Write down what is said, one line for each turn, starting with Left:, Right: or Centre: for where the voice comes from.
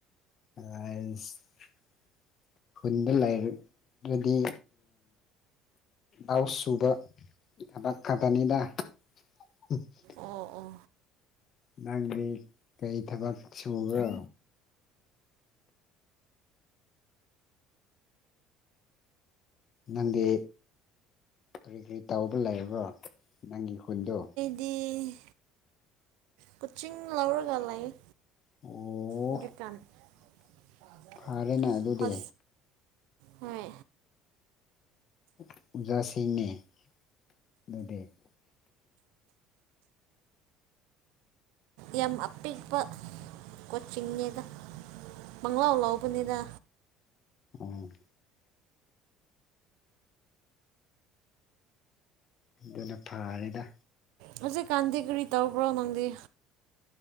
Left: <unintelligible> ꯍꯨꯟꯗ ꯂꯩꯥꯏꯔ ꯑꯗꯨꯗꯤ ꯑ ꯂꯧ ꯁꯨꯕ ꯊꯕꯛ ꯈꯛꯇꯅꯤꯗ <unintelligible>
Right: ꯑꯣ ꯑꯣ
Left: ꯅꯪꯗꯤ ꯀꯩ ꯊꯕꯛ ꯁꯨꯕ꯭ꯔꯣ ꯅꯪꯗꯤ ꯀꯔꯤ ꯀꯔꯤ ꯇꯧꯕ ꯂꯩꯔꯕ꯭ꯔꯣ ꯅꯪꯒꯤ ꯈꯨꯟꯗꯣ
Right: ꯗꯤ ꯀꯣꯆꯤꯡ ꯂꯧꯔꯒ ꯂꯥꯏ
Left: ꯑꯣ
Right: ꯍꯨꯖꯤꯛꯀꯥꯟ ꯍꯣꯖ
Left: ꯐꯔꯦꯅꯦ ꯑꯗꯨꯗꯤ
Right: ꯍꯣꯏ
Left: <unintelligible> ꯑꯗꯨꯗꯤ
Right: ꯌꯥꯝ ꯑꯄꯤꯛꯄ ꯀꯣꯆꯤꯡꯅꯤꯗ ꯄꯪꯂꯥꯎ ꯂꯥꯎꯧꯕꯅꯤꯗ
Left: ꯑꯣ ꯑꯗꯨꯅ ꯐꯔꯦꯗ
Right: ꯍꯧꯖꯤꯛꯀꯥꯟꯗꯤ ꯀꯔꯤ ꯇꯧꯕ꯭ꯔꯣ ꯅꯪꯗꯤ